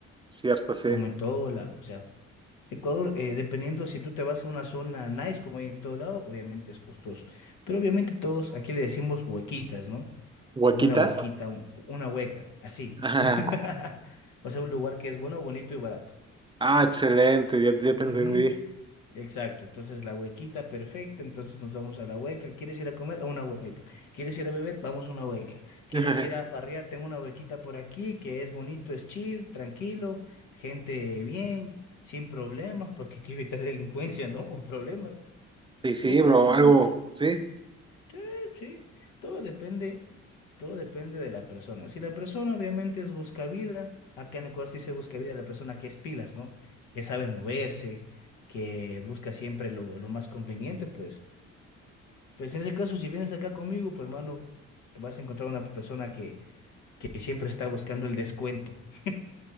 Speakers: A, on the right (about 15°); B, on the left (about 85°).
A: ¿cierto? Sí.
B: como en todo lado. O sea, Ecuador, eh, dependiendo si tú te vas a una zona nice, como hay en todo lado, obviamente es costoso. Pero obviamente todos, aquí le decimos huequitas, ¿no?
A: ¿Huequitas?
B: Una huequita, un- una hueca, así.
A: Ajá.
B: <laughs> O sea, un lugar que es bueno, bonito y barato.
A: Ah, excelente, ya, ya te
B: Ujú.
A: entendí.
B: Exacto, entonces la huequita perfecta, entonces nos vamos a la hueca. ¿Quieres ir a comer? A una hueca. ¿Quieres ir a beber? Vamos a una hueca. ¿Quieres
A: <laughs> Ajá.
B: ir a farrear? Tengo una huequita por aquí que es bonito, es chill, tranquilo, gente bien, sin problemas, porque hay que evitar <laughs> delincuencia, ¿no? O problemas.
A: Sí, sí,
B: Y lo puedes
A: bro,
B: encontrar.
A: algo, sí.
B: Sí, sí, todo depende, todo depende de la persona. Si la persona obviamente es buscavida, acá en Ecuador sí se busca vida la persona que es pilas, ¿no? Que sabe moverse, que busca siempre lo, lo más conveniente, pues. Pues en ese caso, si vienes acá conmigo, pues hermano, vas a encontrar una persona que, que siempre está buscando el descuento. <laughs>